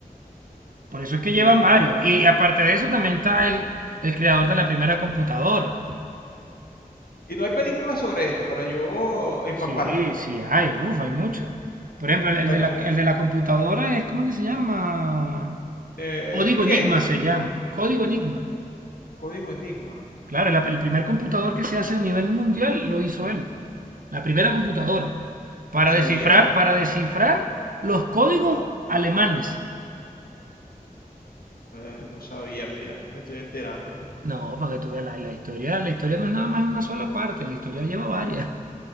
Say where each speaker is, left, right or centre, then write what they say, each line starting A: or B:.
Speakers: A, on the right (about 65°); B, on the left (about 75°).
A: Por eso es que llevan
B: Que...
A: varios. Y aparte de eso también está el, el creador de la primera computadora.
B: Y no hay películas sobre esto para yo empaparme.
A: Sí, sí, hay, uff, hay muchos. Por ejemplo, el
B: Bueno,
A: de la, el de la computadora es, ¿cómo que se llama?
B: Eh,
A: Código
B: Bill
A: Enigma
B: Gates,
A: se llama. Código Enigma.
B: código Enigma.
A: Claro, la- el primer computador que se hace a nivel mundial lo hizo él. La primera computadora.
B: No
A: Para
B: sabía,
A: descifrar, para descifrar los códigos alemanes.
B: eh, no sabía, mira, me estoy enterando.
A: No, para que tú veas la, la historia. La historia no es nada más una sola parte. La historia lleva varias.